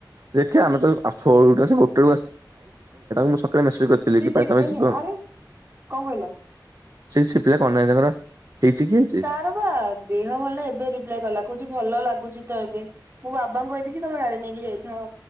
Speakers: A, on the right; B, on the right.
A: ଦେଖିଆ ଆମେ ତ <unintelligible> ତାଙ୍କୁ ମୁଁ ସକାଳେ ମେସେଜ୍ କ ଚିଲିକି
B: ସେ ଯିବେନି
A: ତମେ ଯିବ
B: ଆରେ କଣ କହିଲ
A: ସେ ସିପିଲା କଣ ନାହିଁ ତାଙ୍କର ହେଇଛି କି
B: ତାର ବା ଦେହ ଭଲ ନାଇ ଏବେ ରିପ୍ଲାଏ କଲା କହୁଛି ଭଲ ଲାଗୁଛି ତ ଏବେ। ମୁଁ ବାବାଙ୍କୁ କହିଦେଇଛି ତମେ ଗାଡି ନେଇକି ଯାଇଥାଅ